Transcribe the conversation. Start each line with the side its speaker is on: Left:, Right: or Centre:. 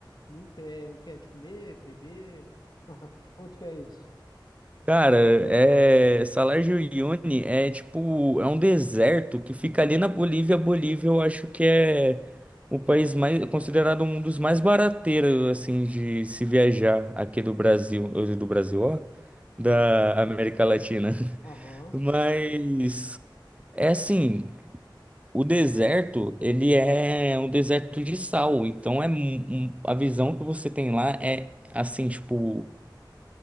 Left: nunca é o que é de comer, beber. <laughs> Onde que é isso?
Right: Cara, é... Salar de Uyuni é tipo, é um deserto que fica ali na Bolívia. A Bolívia eu acho que é o país mais, considerado um dos mais barateiros, assim, de se
Left: Aham.
Right: viajar aqui do Brasil, ou do Brasil, ó, da
Left: aham.
Right: América Latina.
Left: Aham.
Right: <laughs> Mas, é assim, o deserto, ele é um deserto de sal, então é mu- um- a visão que você tem lá é, assim, tipo,